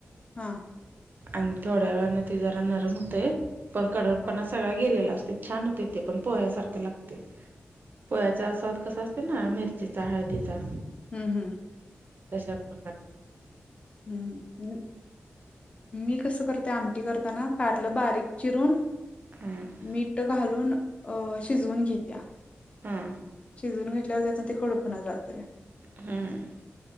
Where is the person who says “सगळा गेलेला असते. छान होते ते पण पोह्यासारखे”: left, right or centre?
Right